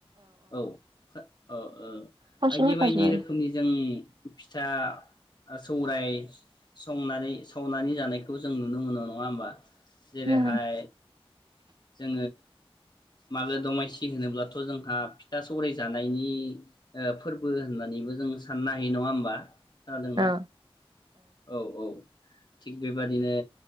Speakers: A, on the left (about 45°); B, on the right (about 50°).
A: औ खो अ ओ
B: खनसेनो
A: बायदि
B: होखाजोबो
A: बायदि रोखोमनि जों फिथा सौराय संनानै सावनानै जानाय खौ जों नुनो मोनो नङा होमबा? जेरैहाय
B: औ
A: ओ मागो दमासि होनोब्लाथ' जोंहा फिथा सौराइ जानायनि ओ फोरबो होननानैबो जों साननो हायो नङा होमबा? खोनादोंना
B: औ
A: औ औ थिग बेबादिनो